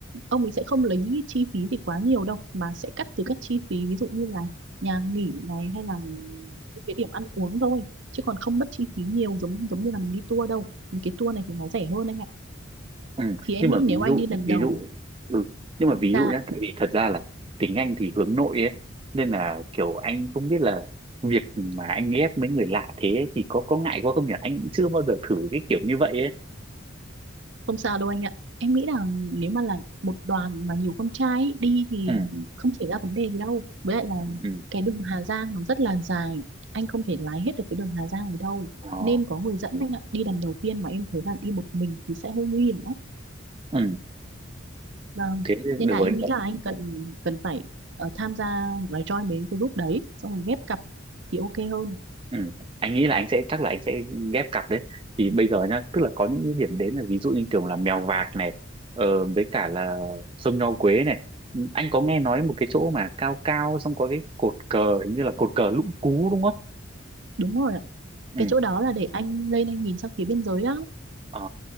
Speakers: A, on the right; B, on the right.
A: ông ấy sẽ không lấy chi phí gì quá nhiều đâu mà sẽ cắt từ các chi phí ví dụ như là nhà nghỉ này hay là những cái điểm ăn uống thôi chứ còn không mất chi phí nhiều giống giống như là mình đi tour đâu. Những cái tour này thì nó rẻ hơn anh ạ.
B: ừ.
A: Thì em
B: nhưng
A: nghĩ
B: mà
A: nếu
B: ví
A: anh
B: dụ
A: đi lần
B: ví
A: đầu
B: dụ ừ. nhưng mà ví
A: ra
B: dụ nhá tại vì thật ra là tính anh thì hướng nội ấy nên là kiểu anh không biết là việc mà anh ghép mấy người lạ thế ấy thì có có ngại quá không nhỉ anh cũng chưa bao giờ thử cái kiểu như vậy ấy
A: Không sao đâu anh ạ. Em nghĩ là nếu mà là một đoàn mà nhiều con trai ấy, đi thì
B: ừ
A: không xảy ra vấn đề gì đâu. Với lại là
B: ừ
A: cái đường Hà Giang nó rất là dài. Anh không thể lái hết được cái đường Hà Giang ở đâu.
B: ờ
A: Nên có người dẫn anh ạ. Đi lần đầu tiên mà em thấy là đi một mình thì sẽ hơi nguy hiểm lắm.
B: ừ
A: Vâng.
B: thế
A: Nên
B: được
A: là
B: rồi
A: em nghĩ là anh cần cần phải ờ, tham gia hoặc là join mấy cái group đấy. Xong rồi ghép cặp thì ok hơn.
B: Ừ. Anh nghĩ là anh sẽ chắc là anh sẽ ghép cặp đấy thì bây giờ nhá tức là có những cái điểm đến là ví dụ như kiểu là Mèo Vạc này ờ, với cả là sông Nho Quế này Ừ, anh có nghe nói một cái chỗ mà cao cao xong có cái cột cờ hình như là cột cờ Lũng Cú đúng không
A: Đúng rồi ạ.
B: ừ.
A: Cái chỗ đó là để anh lên anh nhìn sang phía biên giới đó.
B: Ờ,